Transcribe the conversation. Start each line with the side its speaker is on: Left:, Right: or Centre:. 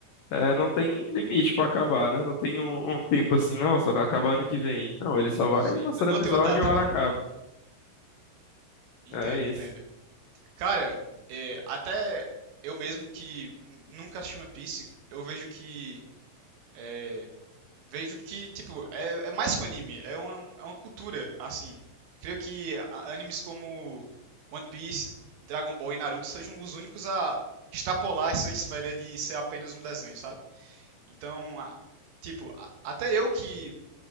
Left: é, não tem limite pra acabar, né? Não tem um, um tempo assim, não, só vai acabar ano que vem. Não, ele só vai
Right: Sim,
Left: lançando
Right: n- não
Left: episódio
Right: tem uma data,
Left: e uma
Right: né?
Left: hora acaba.
Right: Entendo,
Left: É isso.
Right: entendo. Cara, é, até eu mesmo que n- nunca assisti One Piece, eu vejo que é, vejo que, tipo, é, é mais que um anime, é uma, é uma cultura, assim. Creio que a- animes como One Piece, Dragon Ball e Naruto sejam os únicos a extrapolar essa esfera de ser apenas um desenho, sabe? Então, a- tipo, a- até eu que,